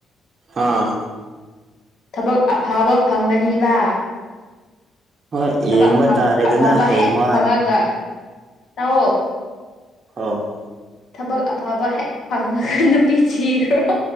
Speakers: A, on the right; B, on the left.
A: ꯍꯥꯥ꯫
B: ꯊꯕꯛ ꯑꯐꯕ ꯐꯪꯒꯅꯤꯕ꯫
A: ꯍꯣꯏ
B: ꯊꯕꯛ
A: ꯌꯦꯡꯕ ꯇꯥꯔꯦꯗꯅ
B: ꯑꯐꯕ
A: ꯍꯌꯦꯡꯋꯥꯏ
B: ꯍ‌ꯦꯛ ꯐꯉꯒ ꯇꯥꯎꯑꫭ꯫
A: ꯑꯣ
B: ꯊꯕꯛ ꯑꯐꯕ ꯍꯦꯛ ꯐꯪꯕꯒ ꯅꯨꯄꯤ ꯊꯤꯈ꯭ꯔꯣ꯫